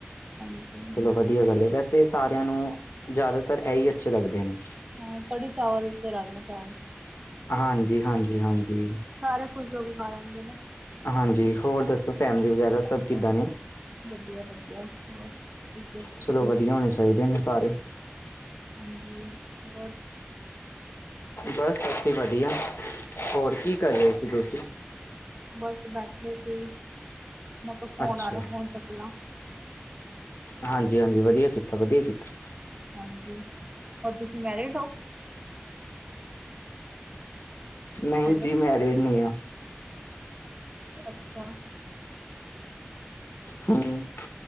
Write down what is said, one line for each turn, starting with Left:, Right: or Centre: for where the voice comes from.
Right: ਹਾਂਜੀ
Left: ਚਲੋ ਵਧੀਆ ਗੱਲ ਵੈਸੇ ਸਾਰਿਆਂ ਨੂੰ ਜਾਦਾਤਰ ਐਈ ਅੱਛੇ ਲੱਗਦੇ ਨੇ।
Right: ਅ ਕੜੀ ਚਾਵਲ ਤੇ ਰਾਜਮਾ ਚਾਵਲ।
Left: ਹਾਂਜੀ ਹਾਂਜੀ ਹਾਂਜੀ।
Right: ਸਾਰੇ ਖੁਸ਼ ਹੋ ਕੇ ਖਾ ਲੈਂਦੇ ਨੇ।
Left: ਹਾਂਜੀ ਹੋਰ ਦੱਸੋ ਫੈਮਲੀ ਵਗੈਰਾ ਸਭ ਕਿੱਦਾਂ ਨੇ।
Right: ਵਧੀਆ ਵਧੀਆ ਹੋਰ ਤੁਸੀ ਦਸੇ।
Left: ਚਲੋ ਵਧੀਆ ਹੋਣੇ ਚਾਈਦੇ ਨੇ ਸਾਰੇ।
Right: -ਹੋਰ-
Left: ਬਸ ਅਸੀ ਵਧੀਆ, ਹੋਰ ਕੀ ਕਰ ਰੇ ਸੀ ਤੁਸੀਂ।
Right: ਬਸ ਬੈਠੇ ਸੀ, ਮੈਂ ਕਿਆ ਫੋਨ
Left: ਅੱਛਾ,
Right: ਆ ਰਾ ਫੋਨ ਚੱਕਲਾਂ।
Left: ਹਾਂਜੀ ਹਾਂਜੀ ਵਧੀਆ ਕੀਤਾ, ਵਧੀਆ ਕੀਤਾ
Right: ਹਾਂਜੀ ਹੋਰ ਤੁਸੀਂ ਮੈਰਿਡ ਓ?
Left: ਨਹੀਂ
Right: ਹੈਲੋ-
Left: ਜੀ ਮੈਰਿਡ ਨਹੀਂ ਆ,
Right: ਅੱਛਾ।
Left: ਹੂੰ